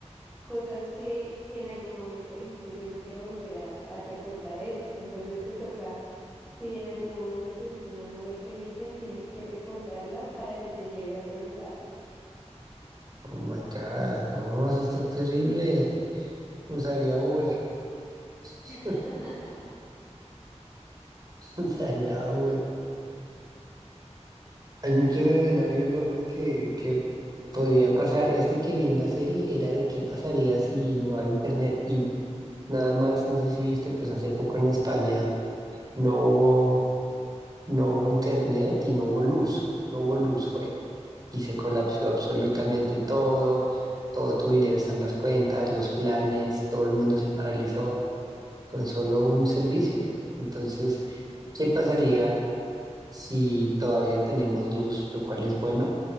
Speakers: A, in the centre; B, on the right (about 35°).
A: cosas que, que en algún momento dijiste, yo no quiero volver a, a recordar esto. Entonces te toca, si en algún momento tuviste una mala experiencia, tienes que recordarla para que te lleve a otro lugar.
B: Oh my God, no, eso está terrible. Usaría Uber.
A: <laughs>
B: <laughs> Usaría Uber. Hay muchos escenarios locos que, que podrían pasar. Este que vi en la serie era de qué pasaría si no hay internet. Y nada más, no sé si viste, pues hace poco en España no hubo, no hubo internet y no hubo luz. No hubo luz fue. Y se colapsó absolutamente todo. Todo tu dinero está en las cuentas, los planes, todo el mundo se paralizó con solo un servicio. Entonces, ¿qué pasaría si todavía tenemos luz, lo cual es bueno?